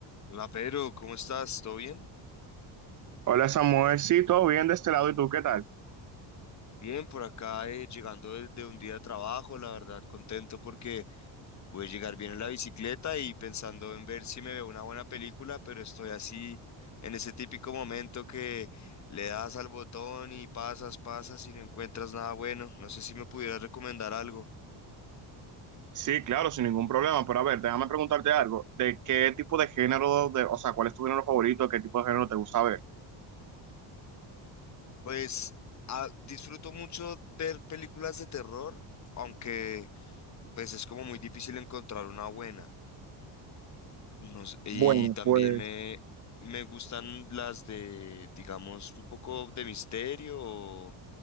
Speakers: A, on the left (about 35°); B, on the right (about 40°).
A: Hola, Pedro, ¿cómo estás? ¿Todo bien?
B: Hola Samuel, sí, todo bien de este lado, ¿y tú qué tal?
A: Bien, por acá eh, llegando de, de un día de trabajo, la verdad contento porque voy a llegar bien en la bicicleta y pensando en ver si me veo una buena película, pero estoy así en ese típico momento que le das al botón y pasas, pasas y no encuentras nada bueno. No sé si me pudieras recomendar algo.
B: Sí, claro, sin ningún problema. Pero a ver, déjame preguntarte algo. ¿De qué tipo de género, de, o sea, cuál es tu género favorito? ¿Qué tipo de género te gusta ver?
A: Pues ah, disfruto mucho ver películas de terror, aunque pues es como muy difícil encontrar una buena. No sé, y
B: Bueno,
A: también
B: pues
A: me, me gustan las de, digamos, un poco de misterio o,